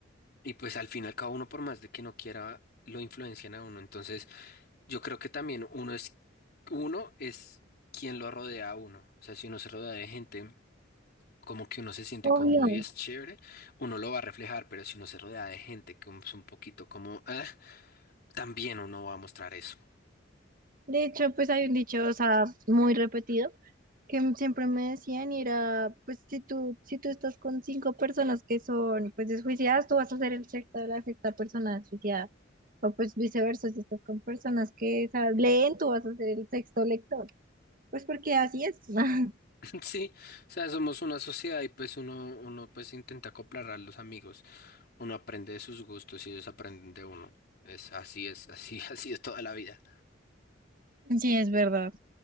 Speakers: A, on the left (about 55°); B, on the right (about 45°).
A: Y pues al fin y al cabo uno por más de que no quiera, lo influencian a uno. Entonces yo creo que también uno es, uno es quien lo rodea a uno. O sea, si uno se rodea de gente como que uno se siente
B: Obvio.
A: cómodo y es chévere, uno lo va a reflejar, pero si uno se rodea de gente que es un poquito como, "Ah", también uno va a mostrar eso.
B: De hecho, pues hay un dicho, o sea, muy repetido, que m- siempre me decían y era, pues si tú, si tú estás con cinco personas que son pues desjuiciadas, tú vas a ser el sexto de la sexta persona desjuiciada. O pues viceversa, si estás con personas que sa- leen, tú vas a ser el sexto lector. Pues porque así es. <laughs>
A: <laughs> Sí, o sea, somos una sociedad y pues uno, uno pues intenta acoplar a los amigos, uno aprende de sus gustos y ellos aprenden de uno. Es así es, así, <laughs> así es toda la vida.
B: Sí, es verdad.